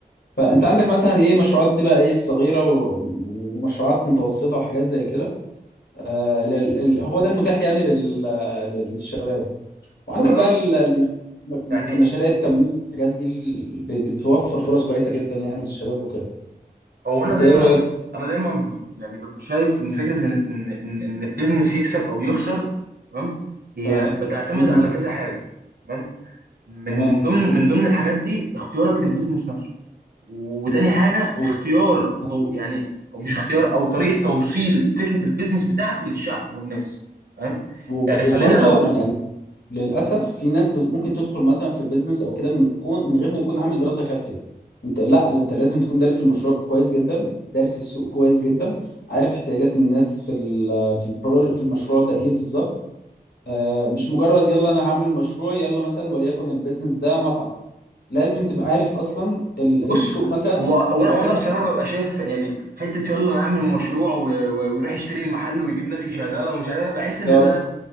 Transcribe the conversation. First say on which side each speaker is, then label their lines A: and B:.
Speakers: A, on the left (about 75°); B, on the right (about 70°).
A: فانت عندك مثلا ايه مشروعات دي بقى ايه الصغيره و- ومشروعات متوسطه وحاجات زي كده آه، لل... ال- هو ده المتاح يعني لل... للشباب وعندك
B: والله
A: بقى
B: بص
A: ال- الم-
B: يعني
A: مشاريع التمويل الحاجات دي ال- ب- بتوفر فرص كويسة جدا يعني للشباب وكده
B: هو انا
A: انت
B: دايما
A: ايه رأيك في
B: انا دايما ب- يعني ببقى شايف ان فكره ان ان ان إن البيزنس يكسب او يخسر تمام هي
A: تمام
B: بتعتمد
A: مم.
B: على كذا حاجه تمام من
A: تمام
B: ضمن من ضمن الحاجات دي اختيارك للبيزنس نفسه وتاني حاجه
A: مظبوط
B: اختيار
A: مظبوط
B: تو يعني او مش اختيار او طريقه توصيل فكره البيزنس بتاعك للشعب والناس تمام
A: وب-
B: يعني
A: وبرضه
B: خلينا لو
A: انا يعني للأسف في ناس بت- ممكن تدخل مثلا في بيزنس او كده من كون من غير ما يكون عامل دراسة كافية انت لا انت لازم تكون دارس المشروع كويس جدا دارس السوق كويس جدا عارف احتياجات الناس في ال... في البرو... في المشروع ده ايه بالظبط آه، مش مجرد يلا انا هعمل مشروع يلا مثلا وليكن البيزنس ده مطعم لازم تبقى عارف اصلا ال-
B: بص
A: السوق مثلا
B: هو وانا
A: انت هتفتح
B: وانا بصراحه
A: فيه
B: ببقى شايف يعني حته يلا انا اعمل مشروع و- و- ويروح يشتري محل ويجيب ناس يشغلها ومش عارف إيه، بحس
A: بالظبط
B: ان ده